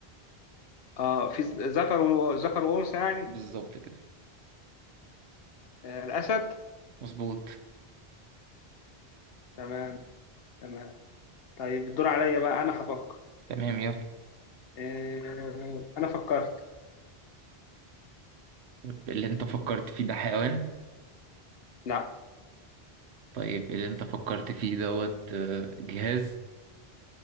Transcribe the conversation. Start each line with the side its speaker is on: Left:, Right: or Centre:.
Left: اه في ز- ذكر و- ذكر وانثى يعني
Right: بالظبط كده
Left: آه الاسد
Right: مظبوط
Left: تمام تمام طيب الدور عليا بقى انا هفكر
Right: تمام يلا
Left: آه انا فكرت
Right: طيب، اللي انت فكرت فيه ده حيوان
Left: لا
Right: طيب اللي انت فكرت فيه دوت آه، جهاز